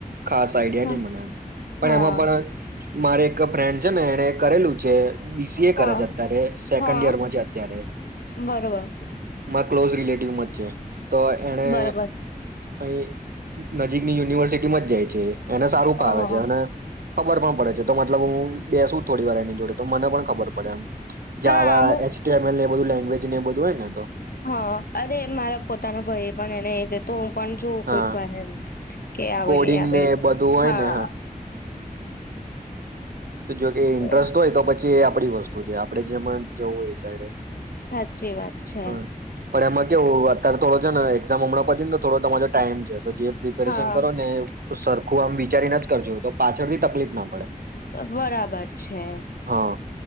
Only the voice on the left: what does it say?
હા
હા
હા
હા
બરોબર
બરોબર
હા
હા
અમુક
હા અરે મારા પોતાના ભાઈ પણ એને એ જતો પણ જોવ
કોઈક વાર એમ કે આવે
નહી આવે
તો
હા
એ
સાચી વાત છે
હા
બરાબર છે.